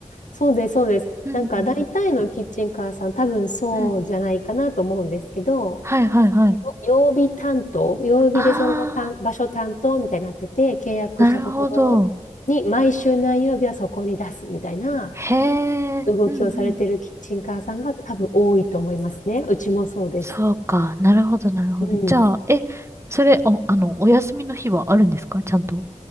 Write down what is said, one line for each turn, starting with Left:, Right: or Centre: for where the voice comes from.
Left: そうです、そうです。
Right: うんうん
Left: なんか大体のキッチンカーさん、多分そうじゃないかなと思うんですけど、
Right: うん。うん。はいはいはい。
Left: 曜日担当、曜日でその担場所担当みたいになってて、
Right: あ
Left: 契約したところに毎週何曜日はそこに出すみたいな
Right: あ、なるほど。へえ、
Left: 動きをされてるキッチンカーさんが多分多いと思いますね。
Right: うんうん。
Left: うちもそうです。
Right: そうか。なるほど、なるほど。
Left: うん。
Right: じゃあ、え、それ、お、あの、お休みの日はあるんですかちゃんと。